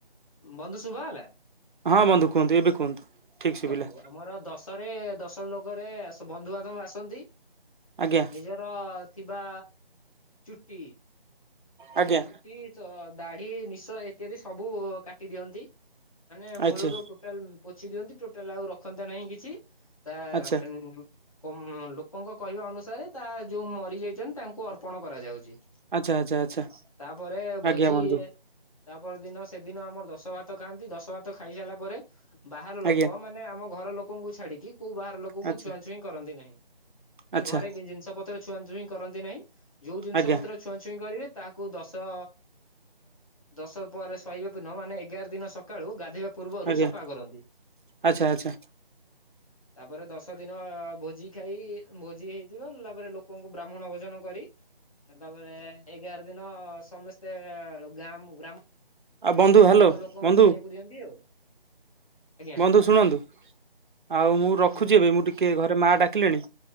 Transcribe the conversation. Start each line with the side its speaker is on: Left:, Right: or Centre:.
Left: ବନ୍ଧୁ ଶୁଭା ହେଲା
Right: ହଁ ବନ୍ଧୁ କୁହନ୍ତୁ ଏବେ କୁହନ୍ତୁ। ଠିକ
Left: ଦେଖନ୍ତୁ
Right: ଶୁଭିଲା।
Left: ଆମର ଦଶରେ ଦଶ ଲୋକରେ ବନ୍ଧୁବାନ୍ଧବ ଆସନ୍ତି।
Right: ଆଜ୍ଞା
Left: ନିଜର ଥିବା ଚୁଟି
Right: ଆଜ୍ଞା
Left: ଚୁଟି, ଦାଢି, ନିଶ ଇତ୍ୟାଦି ସବୁ କାଟି ଦିଅନ୍ତି। ମାନେ ମୂଳରୁ
Right: ଆଚ୍ଛା
Left: ଟୋଟାଲ ପୋଛି ଦିଅନ୍ତି, ଟୋଟାଲ ଆଉ ରଖନ୍ତାନେଇ କିଛି। ତା
Right: ଆଚ୍ଛା
Left: ଉଁ ଲୋକଙ୍କ କହିବା ଅନୁସାରେ, ତା ଯୋଉ ମରିଯାଇଛନ୍ତି ତାଙ୍କୁ ଅର୍ପଣ କରାଯାଉଛି।
Right: ଆଚ୍ଛା ଆଚ୍ଛା ଆଚ୍ଛା।
Left: ତାପରେ ଭୋଜି
Right: ଆଜ୍ଞା ବନ୍ଧୁ
Left: ତାପର ଦିନ ସେଦିନ ଆମର ଦଶ ଭାତ ଖାଆନ୍ତି, ଦଶ ଭାତ ଖାଇ ସାରିଲା ପରେ ବାହାର ଲୋକ
Right: ଆଜ୍ଞା
Left: ମା ମାନେ ଆମ ଘର ଲୋକଙ୍କୁ ଛାଡିକି, କୋଉ ବାହାର ଲୋକଙ୍କୁ
Right: ଆଚ୍ଛା
Left: ଛୁଆଁ ଛୁଇଁ କରନ୍ତି ନାହିଁ। ଏଇ
Right: ଆଚ୍ଛା
Left: ଘରେ ଜିନିଷ ପତ୍ର ଛୁଆ ଛୁଇଁ କରନ୍ତି ନାହିଁ, ଯୋଉ ଜିନିଷ
Right: ଆଜ୍ଞା
Left: ପତ୍ର ଛୁଆଁଛୁଇଁ କରିବେ ତାଙ୍କୁ ଦଶ ଦଶ ପର <unintelligible> ମାନେ ଏଗାର ଦିନ ସକାଳୁ ଗାଧେଇବା ପୂର୍ବରୁ
Right: ଆଜ୍ଞା
Left: ସଫା କରନ୍ତି।
Right: ଆଚ୍ଛା ଆଚ୍ଛା
Left: ତାପରେ ଦଶ ଦିନ ଭୋଜି ଖାଇ ଭୋଜି ହେଇଥିବ, ତା ପରେ ଲୋକଙ୍କୁ ବ୍ରାହ୍ମଣ ଭୋଜନ କରି ତାପରେ ଏଗାର ଦିନ ସମସ୍ତେ ଗାଁ ଗ୍ରାମ
Right: ଆଉ ବନ୍ଧୁ ହ୍ୟାଲୋ
Left: ଲୋକଙ୍କୁ
Right: ବନ୍ଧୁ
Left: ଖାଇଆକୁ ଦିଅନ୍ତି ଆଉ। ଆଜ୍ଞା
Right: ବନ୍ଧୁ ଶୁଣନ୍ତୁ ଆଉ ମୁଁ ରଖୁଛି
Left: କୁହନ୍ତୁ
Right: ଏବେ, ମୁଁ ଟିକେ ଘରେ ମା ଡାକିଲେଣି।